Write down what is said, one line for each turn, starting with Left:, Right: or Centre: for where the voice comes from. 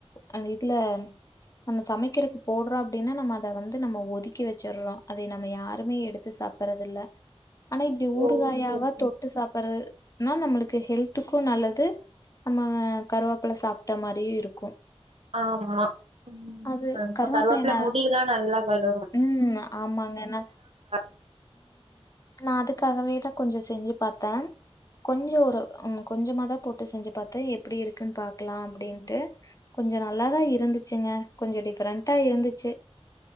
Left: அந் இதுல நம்ம சமைக்கிறக்கு போட்றோ அப்டினா நம்ம அத வந்து நம்ம ஒதுக்கி வச்சற்றோ அதை நம்ம யாருமே எடுத்து சாப்பறதுல்ல ஆனா இப்டி ஊறுகாயாவா
Right: ஓ சரி சரி
Left: தொட்டு சாப்பறு நோ நம்மளுக்கு ஹெல்த்துக்கு நல்லது நம்ம கருவாப்பல சாப்ட்ட மாரியு இருக்கு
Right: ஆம்மா ம்
Left: அது
Right: இப்ப
Left: கருவேப்பிலைய
Right: கருவாப்புல
Left: நா
Right: முடிலா நல்லா வளு
Left: ம் ஆமாங்கனா
Right: அ <inaudible>
Left: நா அதுக்காகவே தா கொஞ்ச செஞ்சி பாத்த கொஞ்ச ஒரு ம் கொஞ்சமாதா போட்டு செஞ்சி பாத்த எப்டி இருக்குன் பாக்லா அப்டின்ட்டு கொஞ்ச நல்ல தா இருந்துச்சிங்க கொஞ்ச டிஃப்ரெண்ட்டா இருந்துச்சி